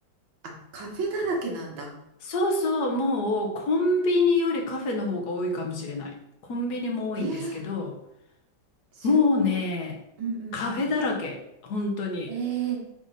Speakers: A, on the right (about 75°); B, on the left (about 55°).
A: あ、カフェだらけなんだ。
B: そうそう、もうコンビニよりカフェの方が多いかもしれない。コンビニも多いんですけど、
A: えー、すごい。
B: もうね、
A: うんうん
B: カフェだらけ、本当に。
A: うん。えー、